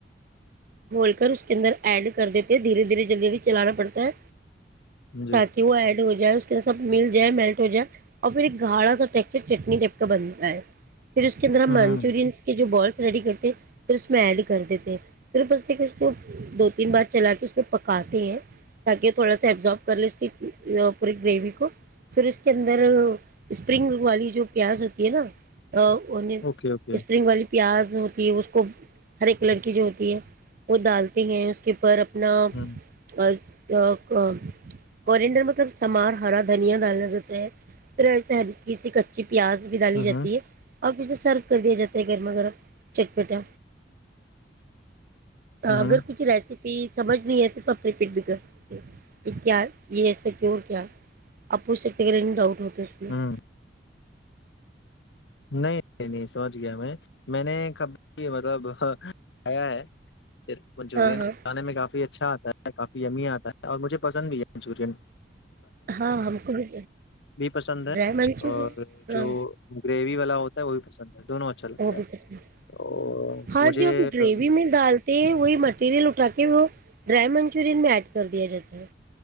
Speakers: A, on the right; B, on the left.
A: گھول کر اس کے اندر ایڈ کر دیتے ہیں دھیرے دھیرے جلدی اھی چلانا پڑتا ہے
B: جی
A: تاکہ
B: جی
A: وہ ای ہو جائے اس کے سب مل جائے میلٹ ہو جائے اور پھر ایک گھاڑا سا ٹسچر چٹنی ٹیپ کا بنتا ہے پھر اس کے اندر ہم
B: ہ
A: منچورنس کے جو بالس ریڈی کرتے پھر اس میں ایڈ کر دیتے پھر بس تو دو تین بار چلا کے اس پ میں پکاتے ہیں تاکہ تھوڑا سا ایبزارب کر ل اس کی پوری گریوی کو پھر اس کے اندر اسپرنگ والی جو پیاز ہوتی ہے نا ہ ان
B: اوکے اوکے
A: اسپرنگ والی پیاز ہوتی ہے اس کو ہرے کلر کی جو ہوتی ہے وہ ڈالتے ہیں اس کے اوپر ن
B: ہوں
A: اور تو نڈر مطلب سمار ہرا دھنیا ڈالا جاتا ہے پھر ایسے کسی کچی <inaudible> پیاز بھی ڈالی
B: ہوں
A: جاتی
B: ہوں
A: ہے اور اسے سرو کر دیا جاتا ہے گھرمغگر چٹ پیٹیں
B: ہوں
A: اگر کچھ ریسیپ سمجھ نہیں آتی تو اپنے پیٹ بھی گس <inaudible> کہ کیا یہ ایسا کی اور کیا آپ ہوچ سکتے کہے ڈاؤٹ ہوتا جش میں
B: ہوں
A: <inaudible>
B: نہیں نہیں نہیں سوچ گیا میں میں نے کب بھی مطلب کیا ہے صرف منچورین
A: ہاں ہاں
B: کھانے میں کافی اچھا آتا ہے کافی امی آتا ہے اور مجھے پسند بھی ہے منچورن
A: ہاں ہم کو بھی
B: پسند ہے
A: ڈرائی منچ
B: اور
A: ہے ہاں
B: جو گریوی ہوتا ہے وہ بھی پسند ہے دونوں اچھا لگتا
A: وہ
B: ہے
A: بھی پسند
B: تو
A: ہاں
B: مجھے
A: جو ہم گریوی
B: ہوں
A: میں ڈالتے ہیں وہی مٹیریل کے وہ ڈرائی منچورین میں ایڈ کر دیا جاتا ہے